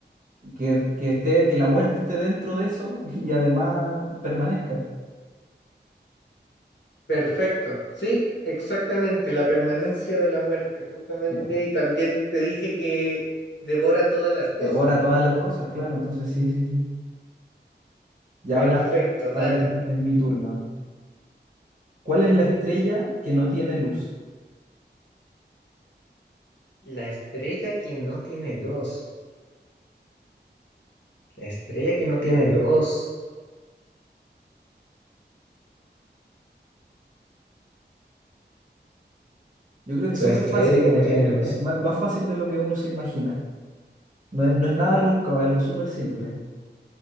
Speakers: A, on the right; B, on the left.
A: que, que esté, que la muerte esté dentro de eso <laughs> y además permanezca.
B: Perfecto. Sí, exactamente. La permanencia de la muerte, justamente.
A: Sí,
B: Y también te dije que devora todas las cosas.
A: devora todas las cosas, claro. Entonces, sí, sí, sí. Y
B: Perfecto,
A: ahora,
B: dale.
A: ahora es es mi turno. ¿Cuál es la estrella que no tiene luz?
B: La estrella que no tiene luz. La estrella que no tiene luz.
A: Yo creo que es
B: La
A: súper
B: estrella
A: fácil,
B: que
A: eh,
B: no
A: eh,
B: tiene
A: eh,
B: luz.
A: eh, má- más fácil de lo que uno se imagina. No es, no es nada rebuscado, es algo súper simple.